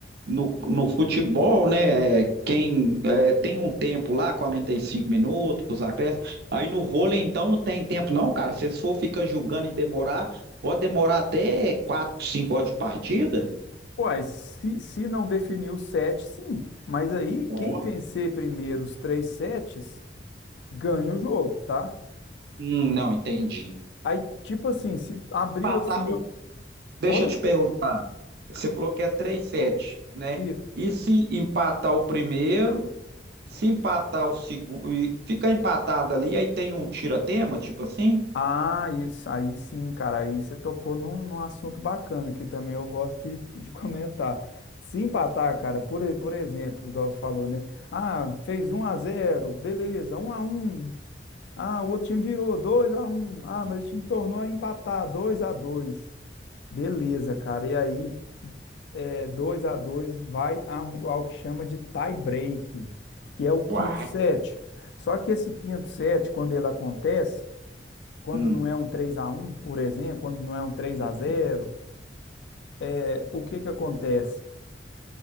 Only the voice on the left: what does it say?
Uai, se, se não definir os sete, sim. Mas aí,
quem vencer primeiro os três sets, ganha o jogo, tá?
Aí, tipo assim, se abriu
assim,
Oi?
Isso.
Ah, isso. Aí sim, cara. Aí você tocou num, num assunto bacana que também eu gosto de, de comentar. Se empatar, cara, por, e- por exemplo, igual você falou, né? Ah, fez um a zero, beleza, Um a um, Ah, o outro time virou dois a um, Ah, mas o time tornou a empatar dois a dois, Beleza, cara. E aí, é, 2 a 2 vai a um- ao que chama de tie break, que é o quinto
set. Só que esse quinto set, quando ele acontece, quando
não é um 3 a um, por exemplo, quando não é um três
a zero, é, o que que acontece?